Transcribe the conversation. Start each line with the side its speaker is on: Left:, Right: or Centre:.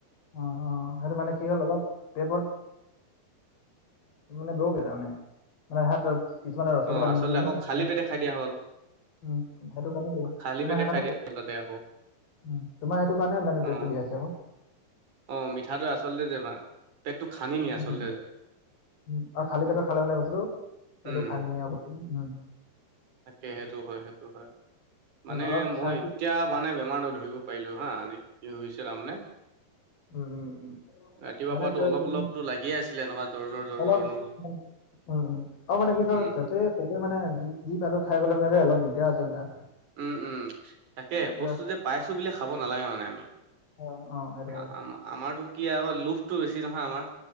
Left: অ অ সেইটো মানে কি হ'ল অলপ টেপত <unintelligible>
Right: অ আচলতে আকৌ খালী পেটে খাই দিয়া হ'ল
Left: উম সেইটো কাৰণেটো
Right: খালী
Left: তোমাৰ
Right: পেটে
Left: সেইকাৰণে
Right: খাই দিয়া হ'ল তাতে আকৌ
Left: উম তোমাৰ সেইটো মানে মানে পেটটো
Right: অ
Left: বিয়াইছে
Right: অ মিঠাটো আচলতে বেমাৰ পেটটো খানিনি
Left: উম,
Right: আচলতে
Left: <unintelligible>
Right: উম, তাকে সেইটো হয় সেইটো হয়।
Left: উম,
Right: মানে
Left: অলপ
Right: মই
Left: চাই চিতি-
Right: এতিয়া মানে বেমাৰটো ধৰিব পাৰিলো হা আজি কি হৈছে তাৰমানে।
Left: উম, উম, উম,
Right: ৰাতিপুৱাৰ
Left: মানে
Right: পৰাটো
Left: তই
Right: অলপ
Left: তুমি
Right: অলপতো লাগিয়ে আছিলে এনেকুৱা জৰ-জৰ-জৰ-জৰ
Left: অলপ
Right: অনুভৱ।
Left: উম উম আৰু মানে কি হ'ল
Right: উম,
Left: তেতিয়া মানে যি পালো খাই গ'লে মানে যে অলপ দিগদাৰ আছে মানে।
Right: উম উম তাকে
Left: প্লাছ
Right: বস্তুটো পাইছোঁ বুলি খাব নালাগে মানে আমি।
Left: অ', অ', সেইটো হয়।
Right: আ-আম-আমাৰতো কি আকৌ লোভটো বেছি নহয় আমাৰ।